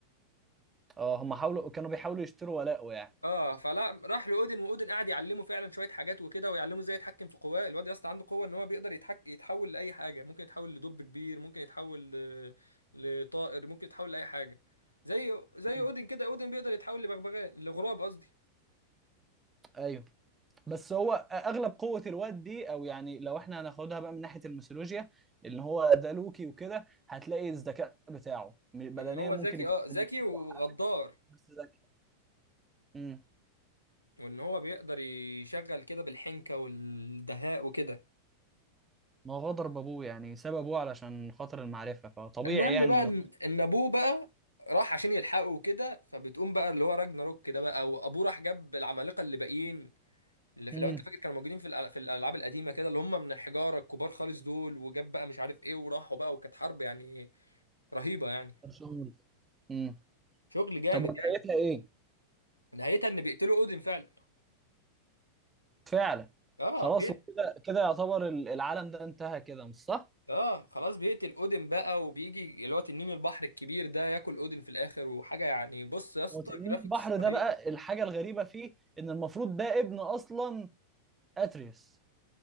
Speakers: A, on the right; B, on the left.
A: اه هم حاولوا كانوا بيحاولوا يشتروا ولاءه يعني
B: اه فلا راح لاودن واودن قعد يعلمه فعلا شويه حاجات وكده ويعلمه ازاي يتحكم في قواه الواد يا اسطى عنده قوه ان هو بيقدر يتحك... يتحول لاي حاجه ممكن يتحول لدب كبير ممكن يتحول ل... لطائر ممكن يتحول لاي حاجه زي زي
A: مم.
B: اودن كده اودن بيقدر يتحول لبغبغاء لغراب قصدي
A: ايوه بس هو اغلب قوه الواد دي او يعني لو احنا هناخدها بقى من ناحيه الميثولوجيا اللي هو ده لوكي وكده هتلاقي الذكاء بتاعه م- بدنيا
B: وان هو
A: ممكن
B: ذكي
A: يكون
B: اه ذكي
A: مش
B: وغدار
A: أقوى حاجه بس ذكي امم
B: وان هو بيقدر يشغل كده بالحنكة والدهاء وكده
A: ما هو غدر بابوه يعني ساب ابوه علشان خاطر المعرفه فطبيعي
B: المهم
A: يعني
B: بقى
A: ان
B: ان
A: هو
B: إن ابوه بقى راح عشان يلحقه وكده فبتقوم بقى اللي هو راجناروك كده بقى وابوه راح جاب العمالقة اللي باقيين اللي في
A: امم
B: لو انت فاكر كانوا موجودين في الأل- في الالعاب القديمة كده اللي هم من الحجارة الكبار خالص دول وجاب بقى مش عارف ايه وراحوا بقى وكانت حرب يعني رهيبة يعني
A: برشلونة امم
B: شغل جامد
A: طب ونهايتها
B: يعني
A: ايه؟
B: نهايتها ان بيقتلوا اودين فعلا
A: فعلا
B: اه
A: خلاص وكده كده يعتبر ال- العالم ده انتهى كده مش صح؟
B: اه خلاص بيقتل اودن بقى وبيجي اللي هو تنين البحر الكبير ده ياكل اودن في الاخر وحاجه يعني بص يا اسطى
A: هو تنين
B: جرافيكس
A: البحر ده
B: رهيبه
A: بقى الحاجه الغريبه فيه ان المفروض ده ابن اصلا اتريس